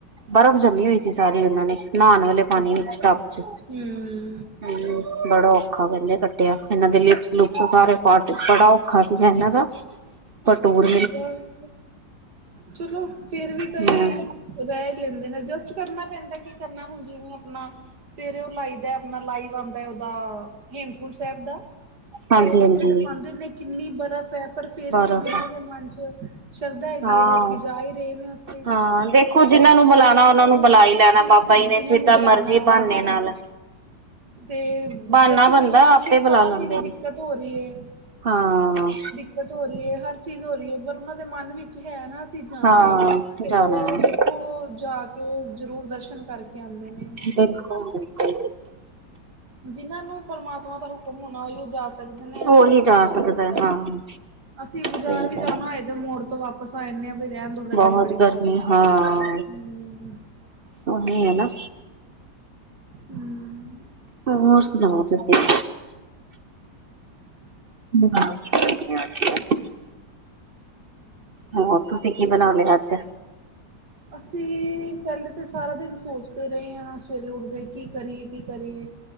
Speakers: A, on the right; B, on the right.
A: ਬਰਫ਼ ਜੰਮੀ ਹੋਈ ਸੀ ਸਾਰੀ ਉਹਨਾਂ ਨੇ ਨਹਾ ਨਹੁ ਪਾਣੀ ਵਿੱਚ ਟੱਬ ਚ
B: ਹੂੰ
A: ਹੂੰ ਬੜੋ ਔਖਾ ਕਹਿੰਦੇ ਕੱਟਿਆ ਇਹਨਾਂ ਦੇ ਲਿਪਸ ਲੁਪਸ ਸਾਰੇ ਪਾਟ ਬੜਾ ਔਖਾ ਸੀਗਾ ਇਹਨਾਂ ਦਾ ਪਟੋੂਰ
B: ਬਸ ਚਲੋ ਫੇਰ ਵੀ ਕਈ
A: ਹਮ
B: ਰਹਿ ਹੀ ਲੈਂਦੇ ਨੇ ਐਡਜਸਟ ਕਰਨਾ ਪੈਂਦਾ ਕਿ ਕਰਨਾ ਹੁਣ ਜਿਵੇਂ ਆਪਣਾ ਸਵੇਰੇ ਉਹ ਲਾਈ ਦਾ ਆਪਣਾ ਲਾਈਵ ਉਹਦਾ ਹੇਮਕੁੰਟ ਸਾਹਿਬ ਦਾ
A: ਹਾਂਜੀ
B: ਤੇ ਉੱਥੇ
A: ਹਾਂਜੀ
B: ਦਿਖਾਂਦੇ ਨੇ ਕਿੰਨੀ ਬਰਫ਼ ਐ ਪਰ ਫੇਰ
A: ਬਰਫ਼
B: ਵੀ ਜਿਹਨਾਂ ਦੇ ਮਨ ਚ ਸ਼ਰਧਾ ਹੈਗੀ
A: ਹਾਂ
B: ਲੋਕੀ ਜਾ ਹੀ ਰਹੇ ਨੇ ਉੱਥੇ
A: ਹਾਂ ਦੇਖੋ ਜਿਹਨਾਂ ਨੂੰ ਬੁਲਾਣਾ
B: ਕਈਆਂ ਨੂੰ
A: ਉਹਨਾਂ ਬੁਲਾ ਹੀ ਲੈਣਾ
B: ਬਿਲਕੁਲ
A: ਬਾਬਾ ਜੀ ਨੇ
B: ਜਿਨਾਂ
A: ਜਿੱਦਾਂ
B: ਨੂੰ ਬੁਲਾਉਣਾ
A: ਮਰਜੀ
B: ਉਹਨਾਂ
A: ਬਹਾਨੇ
B: ਨੇ ਜਾਣਾ
A: ਨਾਲ
B: ਤੇ
A: ਬਹਾਨਾ
B: ਦੇਖੋ
A: ਬੰਦਾ
B: ਕਈਆਂ ਨੂੰ ਉੱਥੇ
A: ਆਪੇ ਬੁਲਾ
B: ਸਾਹ
A: ਲੈਂਦੇ
B: ਦੀ ਵੀ
A: ਨੇ
B: ਦਿੱਕਤ ਹੋ ਰਹੀ ਹੈ
A: ਹਾਂ
B: ਦਿੱਕਤ ਹੋ ਰਹੀ ਐ ਹਰ ਚੀਜ਼ ਹੋ ਰਹੀ ਐ ਪਰ ਉਹਨਾਂ ਦੇ ਮਨ ਵਿੱਚ ਹੈ ਨਾ ਅਸੀਂ ਜਾਣਾ
A: ਹਾਂ
B: ਏ ਤੇ
A: ਜਾਣਾ
B: ਉਹ
A: ਹੈ
B: ਦੇ ਖੋ ਜਾ ਕੇ ਜ਼ਰੂਰ ਦਰਸ਼ਨ ਕਰਕੇ ਆਂਦੇ ਨੇ
A: ਬਿਲਕੁਲ-ਬਿਲਕੁਲ
B: ਜਿਹਨਾਂ ਨੂੰ ਪਰਮਾਤਮਾ ਦਾ ਹੁਕਮ ਹੋਣਾ ਓਹੀਓ ਜਾ ਸਕਦੇ ਨੇ ਅਸੀਂ
A: ਉਹੀ
B: ਕਿੱਥੋਂ ਜਾ
A: ਸਕਦਾ
B: ਸਕਦੇ
A: ਹੈ ਹਾਂ
B: ਅਸੀਂ ਬਾਜ਼ਾਰ
A: ਸਹੀ
B: ਵੀ
A: ਗੱਲ
B: ਜਾਣਾ ਏਦੇ ਮੋੜ ਤੋਂ ਵਾਪਸ ਆ ਜਾਂਦੇ ਆ ਵੀ ਰਹਿਣ ਦੋ ਗਰਮੀ
A: ਬਹੁਤ
B: ਬੜੀ
A: ਗਰਮੀ
B: ਬਾਹਰ।
A: ਹਾਂ
B: ਹੂੰ,
A: ਉਹੀ ਐ ਨਾ
B: ਹੂੰ
A: ਹੋਰ ਸੁਣਾਓ ਤੁਸੀਂ
B: <inaudible>
A: <unintelligible> ਹੋਰ ਤੁਸੀਂ ਕੀ ਬਣਾ ਲਿਆ ਅੱਜ
B: ਅਸੀਂ ਪਹਿਲੇ ਤਾਂ ਸਾਰਾ ਦਿਨ ਸੋਚਦੇ ਰਹੇ ਹਾਂ ਸਵੇਰੇ ਉੱਠਦੇ ਕੀ ਕਰੀਏ ਕੀ ਕਰੀਏ